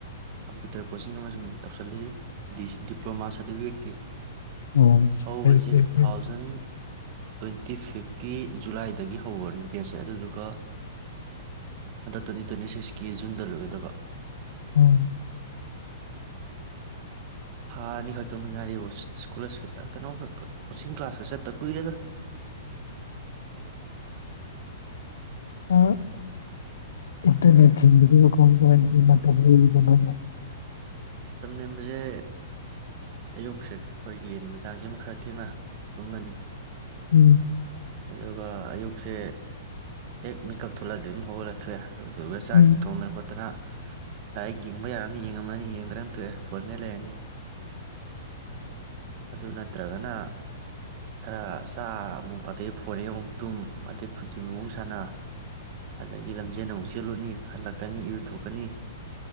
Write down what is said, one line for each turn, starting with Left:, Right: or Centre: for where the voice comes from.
Right: ꯀꯝꯄ꯭ꯌꯨꯇꯔ ꯀꯣꯆꯤꯡ ꯑꯃꯁꯨꯡ ꯇꯧꯁꯜꯂꯛꯏ ꯗꯤꯄ꯭ꯂꯣꯃꯥ ꯁꯥꯔꯇꯤꯐꯤꯀꯦꯠꯀꯤ
Left: ꯑꯣ
Right: ꯍꯧꯕꯖꯦ
Left: ꯐꯩ ꯐꯩ
Right: ꯇꯨ
Left: ꯐꯩ
Right: ꯊꯥꯎꯖꯟ ꯇꯣꯏꯟ ꯇꯤ ꯐꯤꯐꯀꯤ ꯖꯨꯂꯥꯏꯗꯒꯤ ꯍꯧꯕꯅꯦ ꯕꯦꯠꯁꯁꯦ ꯑꯗꯨꯗꯨꯒ ꯇ꯭ꯋꯦꯟꯇꯤ ꯁꯤꯛꯁꯀꯤ ꯖꯨꯟꯗ ꯂꯣꯏꯒꯗꯕ
Left: ꯑꯣ
Right: ꯊꯥ ꯑꯅꯤ ꯈꯛꯇꯪꯗꯤ ꯉꯥꯏꯔꯤꯕ ꯁ꯭ꯀꯣꯂꯔꯁꯤꯐ ꯀꯩꯅꯣꯒ ꯀꯣꯆꯤꯡ ꯀ꯭ꯂꯥꯁꯀ ꯆꯠꯇ ꯀꯨꯏꯔꯦꯗ
Left: ꯑ ꯏꯟꯇꯔꯅꯦꯠ ꯊꯤꯡꯒꯤꯕꯗꯨꯕꯨ ꯀꯃꯥꯏ ꯀꯃꯥꯏ ꯃꯇꯝ ꯂꯦꯟꯂꯤꯕ ꯅꯣꯏꯅ
Right: ꯃꯇꯝ ꯂꯦꯟꯕꯖꯦ ꯑꯌꯨꯛꯁꯦ ꯑꯈꯣꯏꯒꯤ ꯅꯨꯃꯤꯗꯥꯡꯁꯤ ꯑꯃ ꯈꯔ ꯊꯦꯡꯅ ꯇꯨꯝꯃꯅꯤ
Left: ꯎꯝ
Right: ꯑꯗꯨꯒ ꯑꯌꯨꯛꯁꯦ ꯍꯦꯛ ꯃꯤꯀꯞ ꯊꯣꯛꯂꯛꯑꯗꯤ ꯑꯗꯨꯝ ꯍꯧꯒꯠꯂꯛ ꯊꯣꯛꯑꯦ ꯑꯗꯨꯗꯨꯒ ꯆꯥꯛ
Left: ꯎꯝ
Right: ꯏꯁꯤꯡ ꯊꯣꯡꯗꯅ ꯈꯣꯠꯇꯅ ꯥꯂꯥꯏꯔꯤꯛ ꯌꯦꯡꯕ ꯌꯥꯔꯒꯅ ꯌꯦꯡꯉꯝꯃꯅꯤ ꯌꯦꯡꯗ꯭ꯔꯅ ꯇꯣꯛꯑꯦ ꯐꯣꯟ ꯃꯦꯠ ꯂꯩꯔꯅꯤ ꯑꯗꯨ ꯅꯠꯇ꯭ꯔꯒꯅ ꯈꯔ ꯆꯥ ꯑꯃꯨꯛ ꯑꯗꯩ ꯐ ꯑꯗꯩ ꯑꯃꯨꯛ ꯇꯨꯝ ꯏꯐꯨꯠꯀꯤ ꯃꯋꯣꯡ ꯁꯥꯟꯅ ꯑꯗꯒꯤ ꯂꯝꯖꯦꯟ ꯑꯃꯨꯛ ꯆꯦꯜꯂꯨꯅꯤ ꯍꯜꯂꯛꯀꯅꯤ ꯏꯔꯨ ꯊꯣꯛꯣꯛꯀꯅꯤ